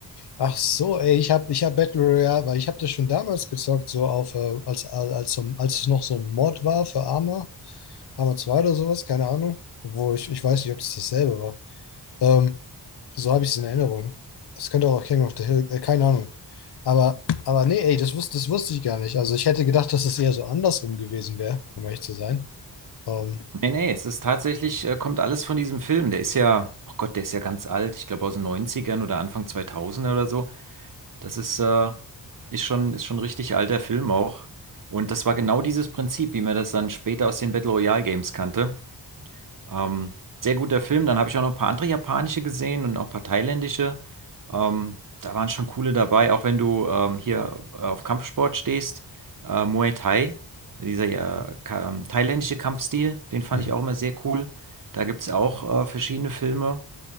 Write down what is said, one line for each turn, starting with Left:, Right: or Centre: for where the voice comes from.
Left: Ach so, ey, ich habe ich hab Battle Royale, weil ich habe das schon damals gezockt, so auf, äh, als, als, als, so- als es noch so ein Mod war für Arma, Arma zwei oder sowas, keine Ahnung. Wo ich, ich weiß nicht, ob das dasselbe war. Ähm, so habe ich es in Erinnerung. Es könnte auch King of the Hill, äh, keine Ahnung. Aber, aber nee, ey, das wusste, das wusste ich gar nicht. Also ich hätte gedacht, dass es eher so andersrum gewesen wäre, um ehrlich zu sein. Ähm,
Right: Nee, nee, es ist tatsächlich, äh, kommt alles von diesem Film. Der ist ja, oh Gott, der ist ja ganz alt. Ich glaube aus den Neunzigern oder Anfang 2000 oder so. Das ist, äh, ist schon, ist schon ein richtig alter Film auch. Und das war genau dieses Prinzip, wie man das dann später aus den Battle Royale Games kannte. Ähm, sehr guter Film. Dann habe ich auch noch ein paar andere japanische gesehen und auch ein paar thailändische. Ähm, da waren schon coole dabei, auch wenn du ähm, hier äh, auf Kampfsport stehst. Äh, Muay Thai, dieser ja, ka ähm, thailändische Kampfstil, den fand
Left: mhm.
Right: ich auch immer sehr cool. Da gibt es auch äh, verschiedene Filme.